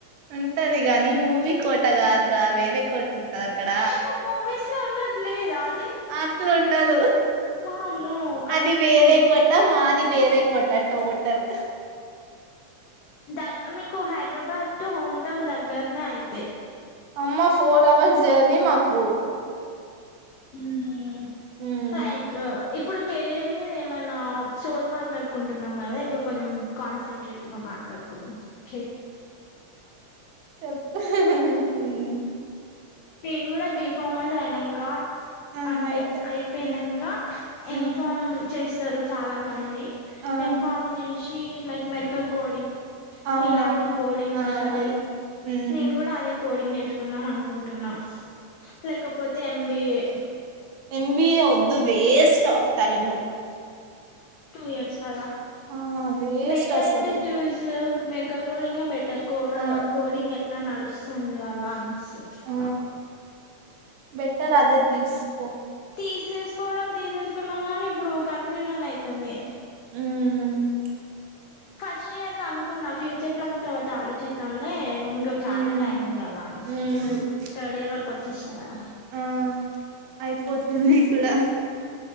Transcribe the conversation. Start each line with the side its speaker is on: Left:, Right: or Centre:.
Right: ఉంటది గానీ మూవీ కోట కాదు రా వేరే కోట్ ఉంటది అక్కడ
Left: ఇప్పుడు మూవీస్ లో ఉన్నట్లేదా అది
Right: అట్లుండదు
Left: వామ్మో అరుంధతి
Right: అది వేరే
Left: మూ
Right: కోట మాది వేరే కోట టోటల్
Left: ద మీకు హైదరాబాద్ టు హోమ్ టౌన్ దగ్గరనే అయితే
Right: అమ్మ ఫోర్ అవర్స్ జర్నీ మాకు
Left: ఉమ్
Right: హ్మ్
Left: లైక్ ఇప్పుడు కెరియర్ మీద ఏమన్నా సోది మాట్లాడుకుంటున్నాం కదా ఇప్పుడు కొంచెం కాన్సన్ట్రేట్ గా మాట్లాడుకుందాం ఓకే
Right: చెప్పు ఉమ్
Left: నేను కూడా కూడా బీ ఫార్మస్ అయినాంకా
Right: ఆ
Left: అంటే
Right: అయితే
Left: అయిపోయినాక
Right: హ్మ్ హ్మ్
Left: ఇన్ఫార్మ్ చేస్తారు. చాలా మంది
Right: ఆ
Left: ఇన్ఫార్మ్ చేసి లైక్ మెడికల్ కోడింగ్.
Right: అవునవును.
Left: మీలా నే కోడింగ్
Right: ఆ!
Left: ఉంటాది.
Right: ఆ! హ్మ్.
Left: నేను కూడా అదే కోడింగ్ చేసుకుందాం అనుకుంటున్నా లేకపోతే ఎం. బి. ఏ.
Right: ఎంబిఏ వద్దు waste of time.
Left: Two years కదా
Right: ఆ! వేస్ట్
Left: బెటర్
Right: అసలు.
Left: టు చూస్ మెడికల్ కోడింగే బెటర్. కోడ్
Right: ఆ!
Left: కోడింగ్ ఎట్లా నడుస్తుంది కదా అని సేఫ్.
Right: ఆ!
Left: అహ్
Right: బెటర్ అదే తీసుకో
Left: తీసేసుకోవడం తీసేసుకున్నాం గాని ఇప్పుడు కన్ఫ్యూజన్ అవుతుంది.
Right: మ్!
Left: ఫస్ట్ ఇయర్ లో అనుకున్నా ఫ్యూచర్ ప్లాన్ తర్వాత ఆలోచిద్దాంలే. ఇంక చాలా
Right: హ్మ్.
Left: టైమ్ ఉంది కదా అనేసి
Right: హ్మ్.
Left: ఇప్పుడు థర్డ్ ఇయర్ వరకు వచ్చేసిన కదా
Right: ఆ అయిపోతుంది కూడా.